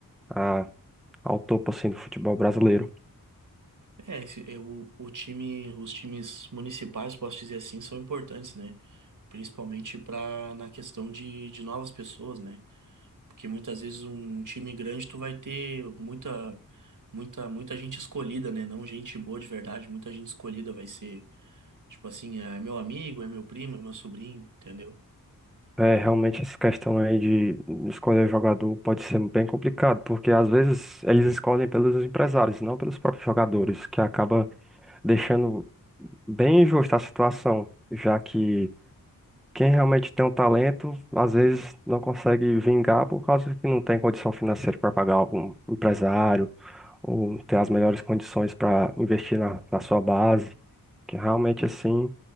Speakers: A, in the centre; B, on the right.
A: a- ao topo, assim, do futebol brasileiro.
B: É, esse, eu, o time, os times municipais, posso dizer assim, são importantes, né? Principalmente para na questão de, de novas pessoas, né? Porque muitas vezes um um time grande tu vai ter muita muita muita gente escolhida, né? Não gente boa de verdade, muita gente escolhida vai ser, tipo assim, é meu amigo, é meu primo, é meu sobrinho, entendeu?
A: É, realmente essa questão aí de escolher jogador pode ser bem complicado, porque às vezes eles escolhem pelos empresários, não pelos próprios jogadores, que acaba deixando bem injusta a situação, já que quem realmente tem um talento, às vezes não consegue vingar por causa que não tem condição financeira para pagar algum empresário, ou ter as melhores condições para investir na, na sua base. Que realmente assim,